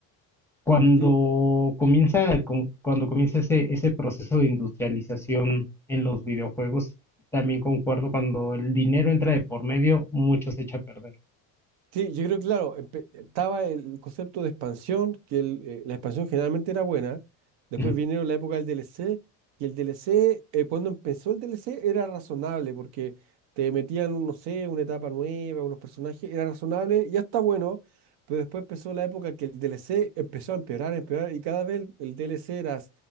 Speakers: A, in the centre; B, on the right.
A: cuando
B: Sí,
A: comienza, com- cuando comienza ese, ese proceso de industrialización en los videojuegos, también concuerdo, cuando el dinero entra de por medio, mucho se echa a perder.
B: sí, yo creo que, claro, empe- estaba el concepto de expansión, que el, eh, la expansión generalmente era buena. Después
A: <laughs>
B: vinieron la época del DLC, y el DLC, eh, cuando empezó el DLC, era razonable, porque te metían, un, no sé, una etapa nueva, unos personajes, era razonable, ya está bueno, pero después empezó la época que el DLC empezó a empeorar, empeorar, y cada vez el, el DLC era,